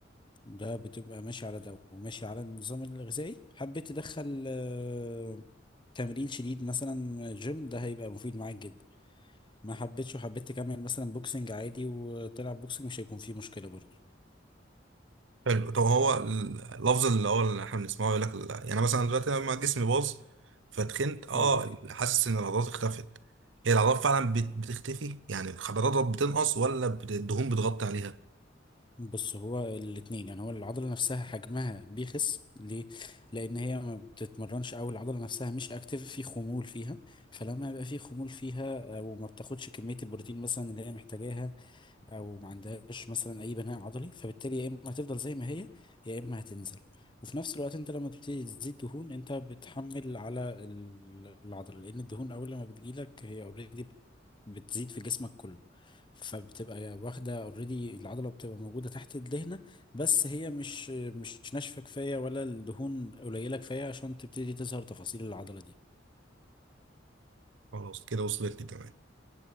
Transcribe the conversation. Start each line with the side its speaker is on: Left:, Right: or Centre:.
Left: ده بتبقى ماشي على ده وماشي على النظام الغذائي حبيت تدخل آه، تمرين شديد مثلا جيم ده هيبقى مفيد معاك جدا ما حبيتش وحبيت تكمل مثلا بوكسنج عادي وتلعب بوكسنج مش هيكون فيه مشكلة برضه
Right: حلو طب هو ال- اللفظ اللي هو اللي احنا بنسمعه يقول لك لا. يعني مثلا دلوقتي لما جسمي باظ فتخنت اه
Left: اه
Right: حاسس ان العضلات اختفت هي العضلات فعلا بت- بتختفي يعني الخضروات بتنقص ولا بت- الدهون بتغطي عليها
Left: بص هو الاتنين يعني هو العضلة نفسها حجمها بيخس ليه؟ لأن هي ما بتتمرنش أو العضلة نفسها مش أكتف في خمول فيها فلما يبقى في خمول فيها أو ما بتاخدش كمية البروتين مثلا اللي هي محتاجاها أو ما عندهاش مثلا أي بناء عضلي فبالتالي يا إما هتفضل زي ما هي يا إما هتنزل وفي نفس الوقت انت لما تبتدي تزيد دهون انت بتحمل على ال- العضله لان الدهون اول لما بتجيلك هي اوريدي بتزيد في جسمك كله فبتبقى واخدة اوريدي العضلة بتبقى موجودة تحت الدهنة بس هي مش مش ناشفة كفاية ولا الدهون قليلة كفاية عشان تبتدي تظهر تفاصيل العضلة دي
Right: خلاص كده وصلت لي تمام